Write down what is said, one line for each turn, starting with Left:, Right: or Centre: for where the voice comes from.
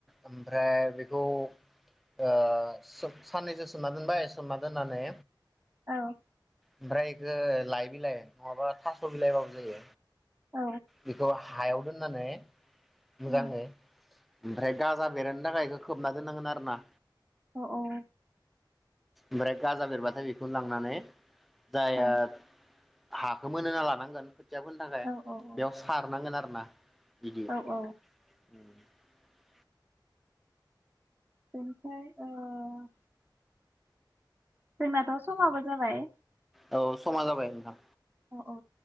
Centre: ओमफ्राय बेखौ ओ सोब साननैसो सोमना दोनबाय सोमना दोननानै
Right: औ
Centre: ओमफ्राय इखो लाइ बिलाइ नङाबा थास' बिलाइबाबो जायो
Right: औ
Centre: बेखौ हायाव दोननानै मोजाङै
Right: उम
Centre: ओमफ्राय गाजा बेरहोनो थाखाय एखो खोबना दोननांगोन आरो ना
Right: अ औ
Centre: ओमफ्राय गाजा बेरबाथाय बेखौनो लांनानै जायार
Right: ओं
Centre: हाखौ मोनहोना लानांगोन खोथिया फोनो थाखाय
Right: औ औ
Centre: बेयाव सारनांगोन आरोना बिदि
Right: औ औ
Centre: <unintelligible>
Right: बेनिफ्राय ओ जोंनाथ' समाबो जाबाय।
Centre: औ समा जाबाय नोंथां।
Right: औ औ